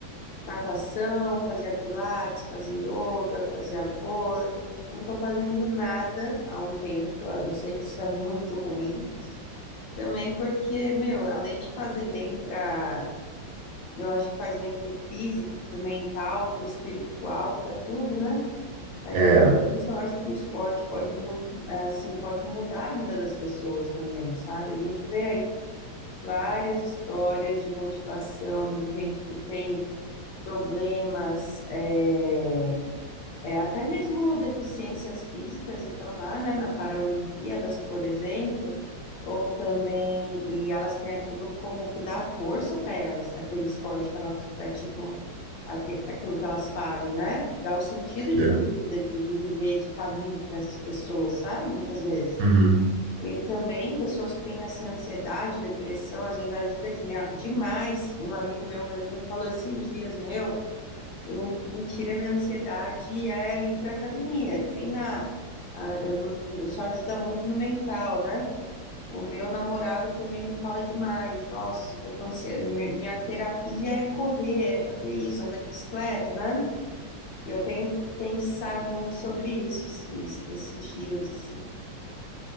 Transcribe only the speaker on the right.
É,
é.
Uhum.